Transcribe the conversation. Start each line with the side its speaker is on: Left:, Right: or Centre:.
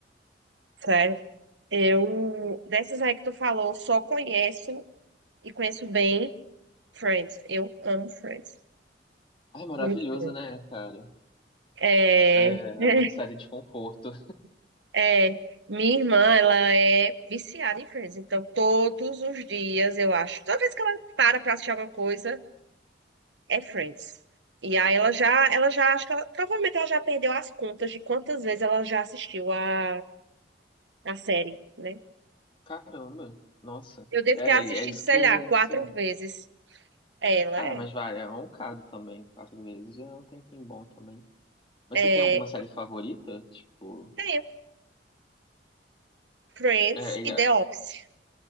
Right: Sério. Eu, dessas aí que tu falou, só conheço e conheço bem Friends. Eu amo Friends.
Left: Ai, maravilhoso,
Right: Muito bom.
Left: né, cara?
Right: É...
Left: É
Right: <laughs>
Left: é uma série de conforto.
Right: É, Minha irmã, ela é viciada em Friends, então todos os dias, eu acho, toda vez que ela para pra assistir alguma coisa, é Friends. E aí ela já, ela já acho que ela, provavelmente ela já perdeu as contas de quantas vezes ela já assistiu a, a série, né?
Left: <laughs> Caramba, nossa.
Right: Eu devo
Left: É,
Right: ter assistido,
Left: é isso
Right: sei
Left: que é
Right: lá, quatro
Left: viciado.
Right: vezes. Ela
Left: Ah,
Right: é,
Left: mas vai, é um bocado também, quatro vezes, já é um tempinho bom também. Mas
Right: é,
Left: Você tem alguma série favorita? Tipo,
Right: tem Friends
Left: é,
Right: e
Left: e
Right: The
Left: a-
Right: Office.